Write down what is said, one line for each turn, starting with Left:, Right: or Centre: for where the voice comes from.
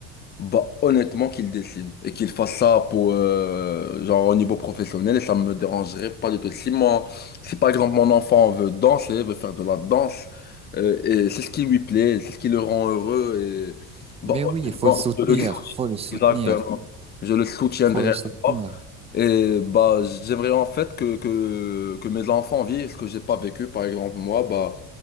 Left: Bah, honnêtement, qu'il dessine et qu'il fasse ça pour, euh, genre, au niveau professionnel, et ça me dérangerait pas du tout. Si moi, si par exemple mon enfant veut danser, veut faire de la danse, euh, et c'est ce qui lui plaît, c'est ce qui le rend heureux, et bah,
Right: Mais oui,
Left: honnêtement,
Right: il faut le soutenir,
Left: je le soutiens,
Right: faut le soutenir,
Left: exactement. Je le soutiendrai
Right: faut le soutenir.
Left: encore. Et bah, j'aimerais en fait que, que, que mes enfants vivent ce que j'ai pas vécu, par exemple, moi, bah,